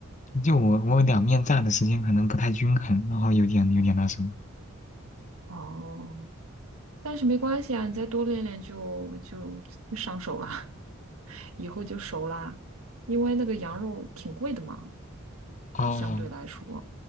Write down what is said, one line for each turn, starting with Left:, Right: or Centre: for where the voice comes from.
Left: 就我我两面炸的时间可能不太均衡，然后有点有点那什么。
Right: 哦，但是没关系啊，你再多练练就就就上手了，<laughs> 以后就熟啦。因为那个羊肉挺贵的嘛。
Left: 哦。
Right: 相对来说，